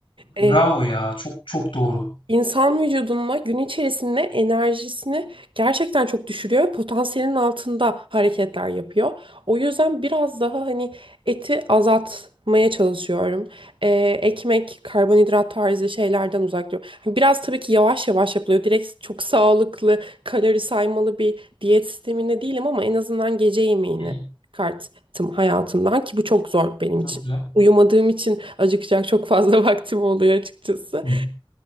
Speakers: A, on the right (about 80°); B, on the left (about 85°).
A: E,
B: Bravo ya. Çok çok doğru.
A: İnsan vücuduna gün içerisinde enerjisini gerçekten çok düşürüyor ve potansiyelin altında hareketler yapıyor. O yüzden biraz daha hani eti azaltmaya çalışıyorum. Ee, ekmek, karbonhidrat tarzı şeylerden uzak duruyorum. Hani Biraz tabii ki yavaş yavaş yapılıyor. Direkt çok sağlıklı, kalori saymalı bir diyet sisteminde değilim ama en azından gece yemeğini
B: Hı,
A: çıkarttım hayatımdan ki bu çok zor benim
B: Çok
A: için.
B: güzel.
A: Uyumadığım için acıkacak çok fazla <laughs> vaktim oluyor açıkçası.
B: Hı.